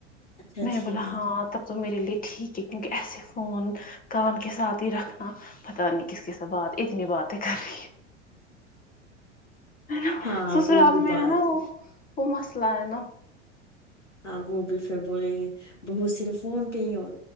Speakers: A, on the left; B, on the left.
A: اچھا
B: میں
A: ٹھیک
B: نے بولا ہاں تب تو میرے لیے ٹھیک ہے کیونکہ ایسے فون کام کے ساتھ ہی رکھنا پت نہیں کس کی س بات اتنی باتیں کر رہی ہے نا
A: ہاں
B: سسرال
A: وہ بھی
B: میں
A: بات
B: نا وہ
A: ہے
B: وہ مسئلہ آ نا
A: ہاں وہ بھی پھر بولیں گے بہت صرف فون پہ ہی ہو